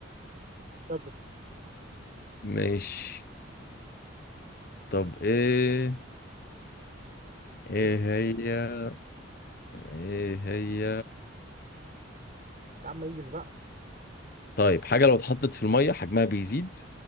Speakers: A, on the right; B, on the left.
A: طب
B: <laughs> ماشي طب ايه ايه
A: إيه؟
B: هي ايه هي
A: يا عم انجز بقى
B: طيب حاجه لو اتحطت في الميه حجمها بيزيد